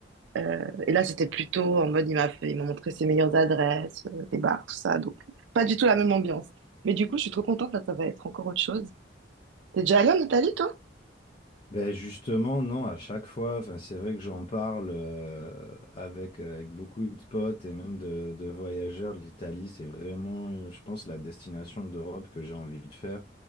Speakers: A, on the right (about 75°); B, on the left (about 35°).
A: Euh, et là, c'était plutôt en mode, il m'a fait, il m'a montré ses meilleures adresses, euh, des bars, tout ça. Donc, pas du tout la même ambiance. Mais du coup, je suis trop contente. Là, ça va être encore autre chose. T'es déjà allée en Italie, toi?
B: Ben justement, non, à chaque fois, enfin, c'est vrai que j'en parle euh, avec, euh, avec beaucoup de potes et même de, de voyageurs. L'Italie, c'est vraiment, euh, je pense, la destination d'Europe que j'ai envie de faire